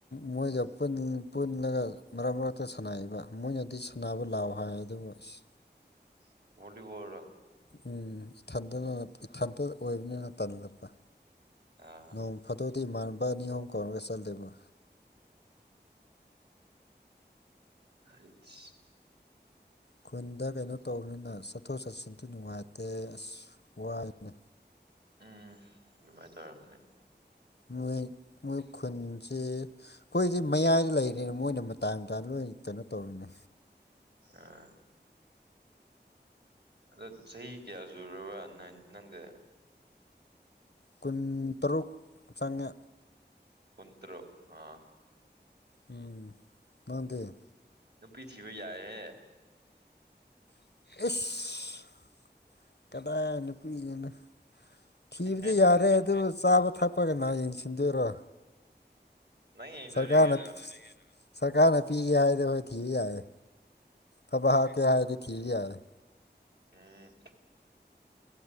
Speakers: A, on the left; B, on the right.
A: ꯃꯣꯏ ꯆꯄ ꯄꯨꯜꯂꯒ ꯃꯔꯛ ꯃꯔꯛꯇ ꯁꯥꯟꯅꯕ ꯃꯣꯏꯅꯗꯤ ꯁꯥꯟꯅꯕ ꯂꯥꯎꯑꯣ ꯍꯥꯏ ꯑꯗꯨꯕꯨ ꯑꯁ
B: ꯕꯣ
A: ꯎꯝ ꯏꯊꯗ ꯏꯊꯗ ꯑꯣꯏꯕꯅꯤꯅ ꯇꯜꯂꯛꯄ
B: ꯑꯥ
A: ꯅꯣꯡ ꯐꯥꯗꯧꯗꯤ ꯏꯃꯥꯟꯕ ꯑꯅꯤ ꯑꯍꯨꯝ ꯀꯧꯔꯒ ꯆꯠꯂꯦꯕ
B: ꯍꯥꯏꯠ
A: ꯈꯨꯟꯗ ꯀꯩꯅꯣ ꯇꯧꯕꯅꯤꯅ ꯆꯠꯊꯣꯛ ꯆꯠꯁꯤꯟꯁꯨ ꯅꯨꯡꯉꯥꯏꯇꯦ ꯑꯁ ꯋꯥꯏꯅꯦ
B: ꯎꯝ ꯑꯗꯨꯃꯥꯏꯅ ꯇꯧꯔꯝꯅꯤ
A: ꯃꯣꯏ ꯃꯣꯏ ꯈꯨꯟꯁꯦ ꯑꯩꯈꯣꯏꯁ ꯃꯌꯥꯏꯗ ꯂꯩꯔꯦꯅ ꯃꯣꯏꯅ ꯃꯇꯥꯏ ꯑꯃꯥ ꯂꯣꯏ ꯀꯩꯅꯣ ꯇꯧꯔꯤꯅꯦ
B: ꯎꯝ ꯑꯗ ꯆꯍꯤ ꯀꯌꯥ ꯆꯨꯔꯕ꯭ꯔꯥ ꯅꯪꯗꯦ
A: ꯀꯨꯟꯇꯔꯨꯛ ꯆꯥꯉꯥ
B: ꯀꯨꯟꯇꯔꯨꯛ ꯑꯥ
A: ꯎꯝ ꯃꯥꯗ
B: ꯅꯨꯄꯤ ꯊꯤꯕ ꯌꯥꯏꯦꯍꯦ
A: ꯑꯦꯁ ꯀꯗꯥꯅ ꯄꯅ ꯊꯤꯕꯗꯤ
B: ꯑꯦ
A: ꯌꯥꯔꯦꯗ ꯆꯥꯕ ꯊꯛꯄꯒ ꯌꯦꯡꯁꯤꯟꯗꯣꯏꯔꯣ
B: ꯅ ꯑꯩꯗꯔꯤꯒꯩꯅ
A: ꯁꯔꯀꯥꯔꯅ ꯁꯔꯀꯥꯔꯅ ꯄꯤꯒꯦ ꯍꯥꯏꯔꯗꯤ ꯑꯩꯈꯣꯏ ꯊꯤꯕ ꯌꯥꯏꯦ ꯊꯕꯛ ꯍꯥꯞꯀꯦ ꯍꯥꯏꯔꯗꯤ ꯊꯤꯕ ꯌꯥꯔꯦ
B: ꯎꯝ